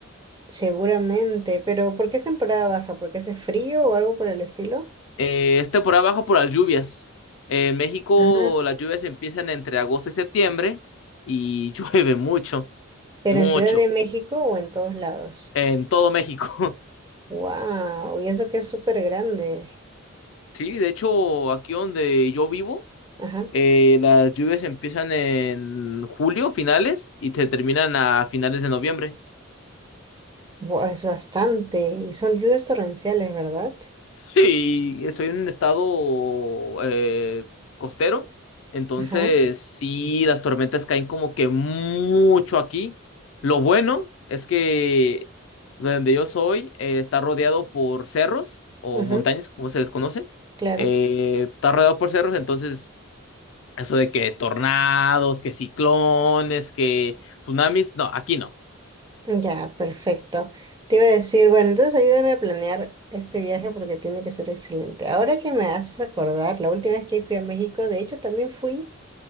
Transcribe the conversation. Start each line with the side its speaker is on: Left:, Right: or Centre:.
Right: seguramente, pero ¿por qué es temporada baja? ¿Porque hace frío o algo por el estilo?
Left: Eh, es temporada baja por las lluvias. En México
Right: Ah,
Left: las lluvias empiezan entre agosto y septiembre y <laughs> llueve mucho.
Right: pero
Left: Mucho.
Right: en Ciudad de México o en todos lados.
Left: En todo México. <laughs>
Right: Wow, y eso que es súper grande.
Left: Sí, de hecho, aquí donde yo vivo,
Right: Ajá.
Left: eh, las lluvias empiezan en julio, finales, y te terminan a finales de noviembre.
Right: Bu- Es bastante, y son lluvias torrenciales, ¿verdad?
Left: Sí, estoy en un estado eh, costero, entonces
Right: Ajá,
Left: sí, las tormentas caen como que mucho aquí. Lo bueno es que donde yo soy eh, está rodeado por cerros o
Right: ajá,
Left: montañas, como se les conoce.
Right: claro.
Left: Eh, está rodeado por cerros, entonces Eso de que tornados, que ciclones, que tsunamis, no, aquí no.
Right: Ya, perfecto. Te iba a decir, bueno, entonces ayúdame a planear este viaje porque tiene que ser excelente. Ahora que me haces acordar, la última vez que fui a México, de hecho también fui